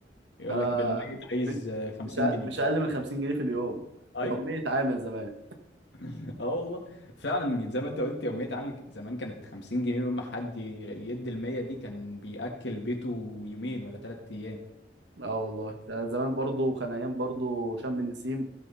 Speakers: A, on the left; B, on the right.
A: يقول
B: انا
A: لك بالميت عايز
B: م-
A: آه، 50
B: مش أ-
A: جنيه
B: مش اقل من 50 جنيه في اليوم
A: ايوه
B: يوميه عامل زمان
A: <laughs> اه والله فعلا زي ما انت قلت يوميه عامل ك- زمان كانت 50 جنيه يوم ما حد ي- يدي ال 100 دي كان بياكل بيته يومين ولا ثلاث ايام
B: اه والله ده زمان برضو كان ايام برضو شم النسيم